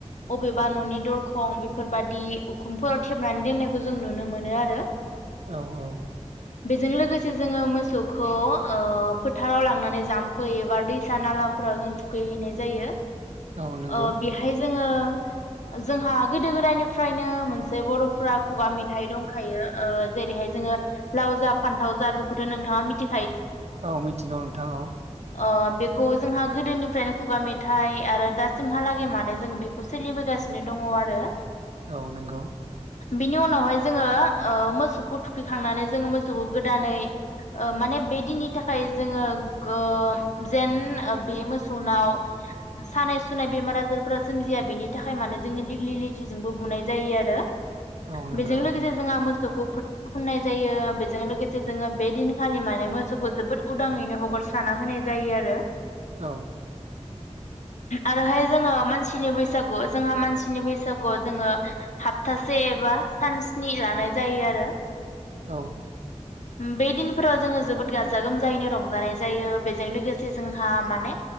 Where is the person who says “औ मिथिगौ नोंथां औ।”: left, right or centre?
Right